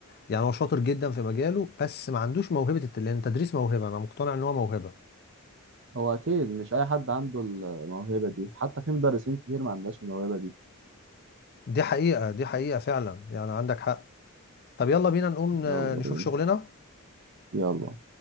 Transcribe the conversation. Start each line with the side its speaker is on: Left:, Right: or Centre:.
Left: يعني هو شاطر جدا في مجاله بس ما عندوش موهبه الت- لان التدريس موهبه انا مقتنع ان هو موهبه
Right: هو أكيد مش أي حد عنده الموهبة دي حتى في مدرسين كتير ما عندهاش الموهبة دي
Left: دي حقيقة دي حقيقة فعلا يعني عندك حق طب يلا بينا نقوم ن-
Right: يلا
Left: نشوف
Right: بينا
Left: شغلنا
Right: يلا